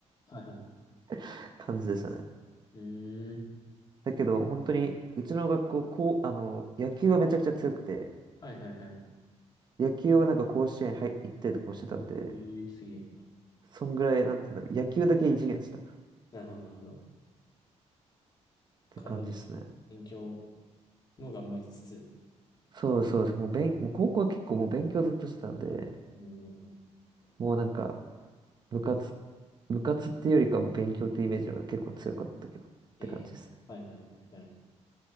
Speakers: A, on the left (about 35°); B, on the right (about 35°).
A: はいはい。
B: <laughs> 感じでしたね。
A: うーん。
B: だけど、本当に、うちの学校、こう、あの、野球はめちゃくちゃ強くて、
A: はいはいはい。
B: 野球はなんか甲子園入行ったりとかもしてたんで、
A: ええー、すげえ。
B: そんぐらい、なんて言うんだろう、野球だけ異次元でしたっ
A: なるほど、なるほど。
B: て感じですね。
A: か、でも、勉強も頑張りつつ。
B: そうそうです。もう、勉もう高校は結構もう勉強ずっとしてたんで、
A: うん。うんうん
B: もうなんか、部活、部活っていうよりかはもう勉強っていうイメージの方が結構強かったけど、って感じですね。
A: えー、はいはいはいはい。